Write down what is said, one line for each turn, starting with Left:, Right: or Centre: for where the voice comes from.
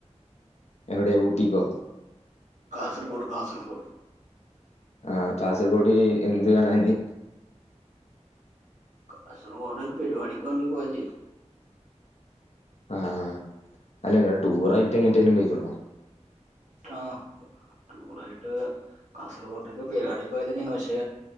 Left: എവിടെ ഊട്ടിക്കോ
Right: കാസർഗോഡ് കാസർഗോഡ്
Left: ആഹ് കാസർഗോഡ് എന്ത് കാണാന്
Right: കാസർകോഡ് പരിപാടിക്ക് വേണ്ടി പോയതേരുന്നു
Left: ആഹ് അല്ല ഇങ്ങള് ടൂർ ആയിട്ട് എങ്ങട്ടേലും പോയിക്കണ്ണോ
Right: <unintelligible> ആയിട്ട് കാസർഗോട്ടേക്ക് പെരിപാടിക്ക് പോയതേനി പക്ഷെ